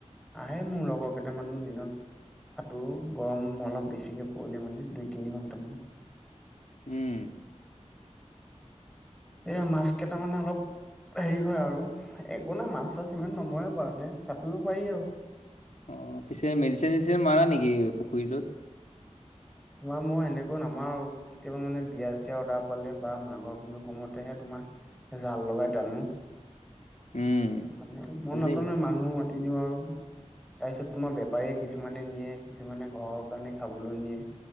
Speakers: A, in the centre; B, on the left.
A: আহে মোৰ লগৰ কেইটামানো দিনত। সাঁতোৰ গৰম অলপ বেছিকে পৰিলে মানে দুই তিনি ঘন্টামান।
B: উম।
A: এয়া মাছ কেইটা মানে অলপ। হেৰি হয় আৰু একো নাই মাছ চাছ ইমান নমৰে বাৰুতে সাতুৰিব পাৰি, আৰু
B: অঁ পিছে মেডিচিন চেডিচিন মাৰা নেকি পুখুৰীটোত?
A: তোমাৰ মই সেনেকৈ আমাৰ কেতিয়াবা মানে বিয়া চিয় অৰ্ডাৰ পালে বা মাঘৰ বিহুৰ সময়তেহে তোমাৰ, জাল লগাই তানো।
B: উম
A: মানে মই
B: ভালেই
A: নাটানো মানুহ মাতি দিওঁ, আৰু তাৰপিছত তোমাৰ বেপাৰীয়ে কিছুমানে নিয়ে, কিছুমানে ঘৰৰ কাৰণে খাবলৈ নিয়ে,